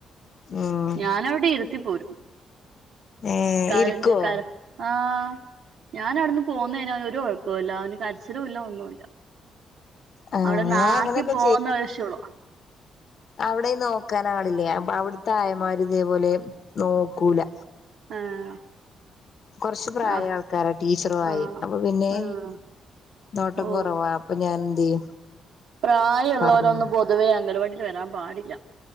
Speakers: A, on the left; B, on the right.
A: ഉം
B: ഞാനവിടെ ഇരുത്തി പോരും
A: ഏ
B: കരഞ്ഞ്
A: ഇരിക്കോ
B: കര ആഹ് ഞാൻ അവിടിന്ന് പോന്ന് കഴിഞ്ഞാ അവന് ഒരു കൊഴപ്പൂല്ല അവന് കരച്ചിലും ഇല്ല ഒന്നും ഇല്ല
A: ആ
B: അവിടൊന്നാക്കി
A: ഞാൻ അങ്ങനെയൊക്കെ
B: പോന്ന ഒര് വിഷേള്ളൂ
A: അവിടെയും നോക്കാൻ ആളില്ല അവിടുത്തെ ആയമാര് ഇതേപോലെ നോക്കൂല
B: ആഹ്
A: കൊറച്ച് പ്രായ
B: ആഹ്
A: ആൾക്കാരാ ടീച്ചറും ആയെയും
B: ആഹ്
A: അപ്പൊ പിന്നെ
B: ആഹ്
A: നോട്ടം
B: ഓ
A: കൊറവാ അപ്പൊ ഞാൻ എന്ത് ചെയ്യും
B: പ്രായം ഇള്ളോരൊന്നും
A: പറഞ്ഞു
B: പൊതുവേ അങ്കലവാടില് വരാൻ പാടില്ല